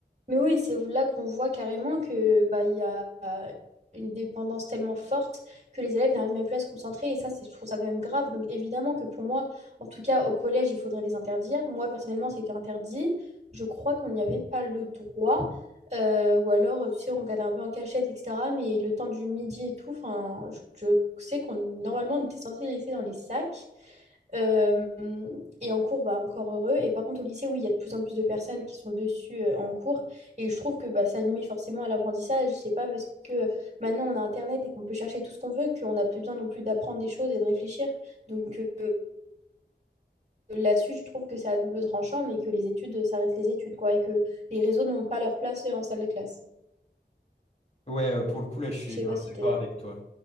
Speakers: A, on the right; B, on the left.
A: Mais oui, c'est là qu'on voit carrément que bah, il y a euh, une dépendance tellement forte que les élèves n'arrivent même plus à se concentrer. Et ça, c'est, je trouve ça quand même grave. Donc évidemment que pour moi, en tout cas au collège, il faudrait les interdire. Moi, personnellement, c'était interdit. Je crois qu'on n'y avait pas le droit. Euh, ou alors, tu sais, on regardait un peu en cachette, etc. Mais le temps du midi et tout, enfin, je, je sais qu'on normalement on était censé les laisser dans les sacs. Euh, et en cours, bah, encore heureux. Et par contre, au lycée, oui, il y a de plus en plus de personnes qui sont dessus euh, en cours. Et je trouve que bah, ça nuit forcément à l'apprentissage. C'est pas parce que euh, maintenant on a Internet et qu'on peut chercher tout ce qu'on veut qu'on n'a plus besoin non plus d'apprendre des choses et de réfléchir. Donc euh, là-dessus, je trouve que ça a double tranchant, mais que les études, ça reste les études, quoi. Et que les réseaux n'ont pas leur place euh, en salle de classe.
B: Ouais, euh, pour le coup là, je suis
A: Je sais
B: grave
A: pas si
B: d'accord
A: tu es d'accord.
B: avec toi.